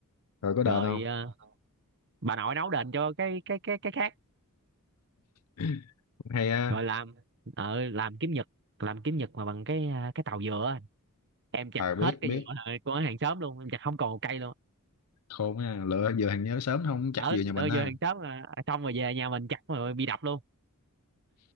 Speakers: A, on the left; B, on the right.
A: rồi có
B: rồi
A: đền không
B: ờ, bà nội nấu đền cho cái cái cái cái khác
A: <clears throat> cũng hay á
B: rồi làm ờ làm kiếm nhật làm kiếm nhật mà bằng cái à, cái tàu dừa á. em chặt
A: à
B: hết
A: biết
B: cây
A: biết
B: dừa ờ, của hàng xóm luôn em chặt không còn một cây luôn
A: khôn á lựa giờ thằng nhớ sớm không chắc
B: ở
A: vừa nhà mình
B: lỡ
A: ha
B: dừa hàng xóm mà xong rồi về nhà mình chặt rồi bị đập luôn